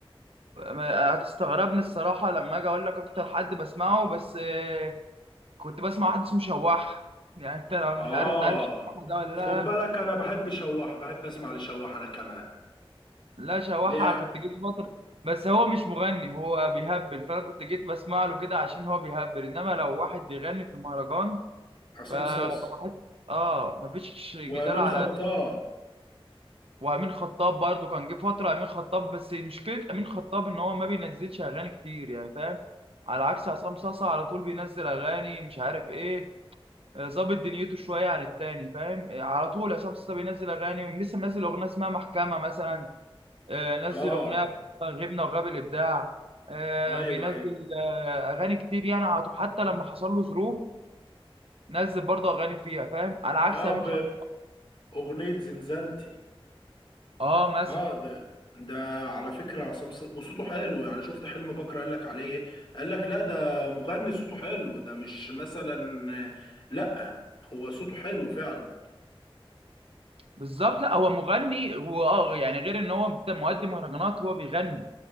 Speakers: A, on the right; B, on the left.
A: ما- هتستغربني الصراحة لما أجي أقول لك أكتر حد بسمعه بس آه، كنت بسمع واحد اسمه شواح يعني أنت لو
B: آه
A: مش عارف أنت عارف شواح ده ولا لأ
B: خد بالك أنا بحب شواح بحب أسمع لشواح أنا كمان
A: لا شواحة
B: لا
A: كنت جيت فترة بس هو مش مغني هو بيهبل فأنا كنت جيت بسمع له كده عشان هو بيهبل إنما لو واحد بيغني في المهرجان
B: عصام
A: فبحس
B: صاص
A: آه مفيش
B: ومن
A: جدال على
B: خطاه
A: وامين خطاب برضو كان جه فتره امين خطاب بس مشكله امين خطاب ان هو ما بينزلش اغاني كتير يعني فاهم على عكس عصام صاصا على طول بينزل اغاني مش عارف ايه آه، ظابط دنيته شويه عن التاني فاهم آه، على طول عصام صاصا بينزل اغاني لسه منزل اغنيه اسمها محكمه مثلا آه، نزل
B: آه
A: اغنيه غبنا وغاب الابداع آه،
B: أيوه
A: بينزل
B: أيوه
A: آه، اغاني كتير يعني على طول حتى لما حصل له ظروف نزل برضه اغاني فيها فاهم على عكس
B: آه
A: امين خطاب
B: بأغنية زنزانتي
A: اه مثلا
B: آه ده ده على فكرة عصام صاص وصوته حلو يعني شفت حلم بكرة قال لك عليه إيه قال لك لا ده مغني صوته حلو ده مش مثلا لا هو صوته حلو فعلا
A: بالظبط لا هو مغني واه يعني غير ان هو بت- مؤدي مهرجانات هو بيغني